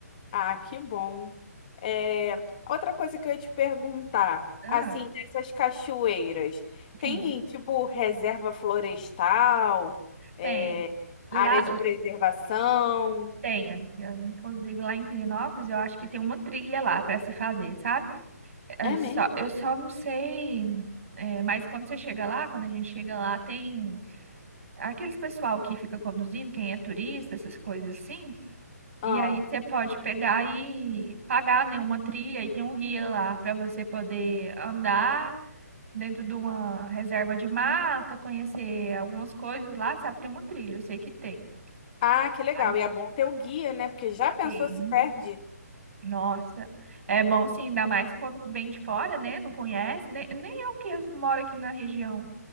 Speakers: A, on the left (about 25°); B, on the right (about 50°).
A: Ah, que bom. É, outra coisa que eu ia te perguntar,
B: Ah,
A: assim, dessas cachoeiras,
B: tem,
A: tem tipo reserva florestal, é,
B: tem. Lá,
A: área de preservação?
B: tem, amiga. Inclusive lá em Pirinópolis, eu acho que tem uma trilha lá para se fazer, sabe? É
A: É
B: só,
A: mesmo?
B: eu só não sei. é, mas quando você chega lá, quando a gente chega lá, tem aqueles pessoal que fica conduzindo, quem é turista, essas coisas assim.
A: Ah,
B: E aí você pode pegar e pagar, né, uma trilha e tem um guia lá para você poder andar dentro de uma reserva de mata, conhecer algumas coisas lá, sabe? Tem uma trilha, eu sei que tem.
A: ah, que legal.
B: Ai,
A: E é bom ter o guia, né? Porque já pensou
B: tem.
A: se perde?
B: Nossa, é bom sim, ainda mais quando vem de fora, né? Não conhece, nem, nem eu que moro aqui na região